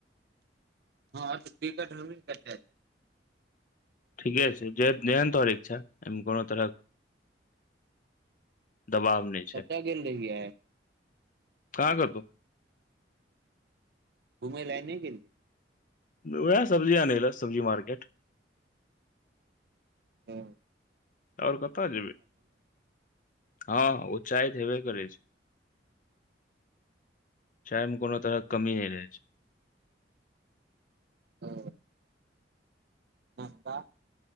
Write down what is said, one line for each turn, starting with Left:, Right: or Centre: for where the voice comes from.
Right: हँ तऽ तिकट हम्ही कै छै।
Left: ठीके छै, जे जेहन तोर इच्छा कोनो तरह। दबाव नहि।
Right: कतय गेल रहियै?
Left: कहा कटो
Right: घुमै लए आय नहि गेलिए।
Left: ओएह सब्जी आने ले सब्जी मार्केट
Right: हँ।
Left: आओर कतऽ जेबै हँ उच्चाहित हेबे करै छै। चैनमे कोनो तरहक कमी नहि रहै छै
Right: ओ नास्ता?